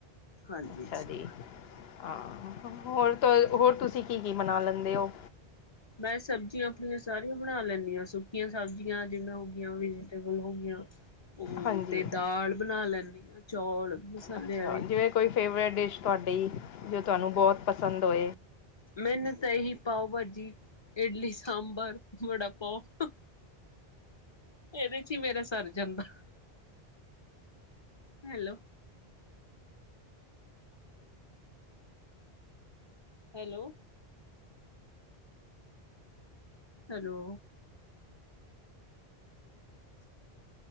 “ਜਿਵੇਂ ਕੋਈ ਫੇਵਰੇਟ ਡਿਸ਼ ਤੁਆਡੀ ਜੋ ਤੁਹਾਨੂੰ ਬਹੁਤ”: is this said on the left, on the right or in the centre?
Left